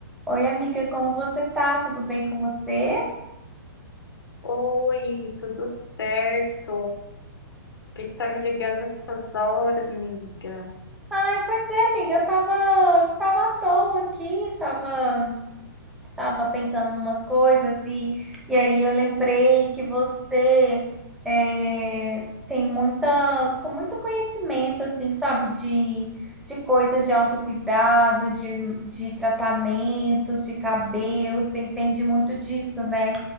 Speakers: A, in the centre; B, on the left.
A: Oi, amiga, como você tá? Tudo bem com você?
B: Oi, tudo certo? Por que que tá me ligando essas horas, amiga?
A: Ai, pois é, amiga, eu tava, tava à toa aqui, tava. Tava pensando em umas coisas e, e aí eu lembrei que você é, tem muita, com muito conhecimento, assim, sabe, de, de coisas de autocuidado, de, de tratamentos, de cabelo, você entende muito disso, né?